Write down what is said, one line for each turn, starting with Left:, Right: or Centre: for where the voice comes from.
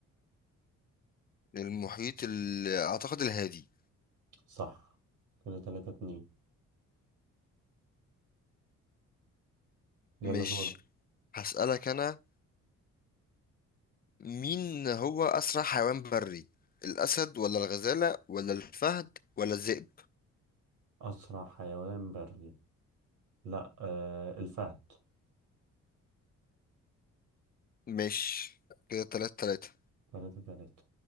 Left: المحيط ال... اعتقد الهادي
Right: صح كده تلاتة اتنين يلا
Left: مش
Right: دور
Left: هسألك انا مين هو اسرع حيوان بري الاسد ولا الغزالة ولا الفهد ولا الذئب
Right: أسرع حيوان بري لا آه الفهد
Left: مش كده تلاتة تلاتة
Right: تلاتة تلاتة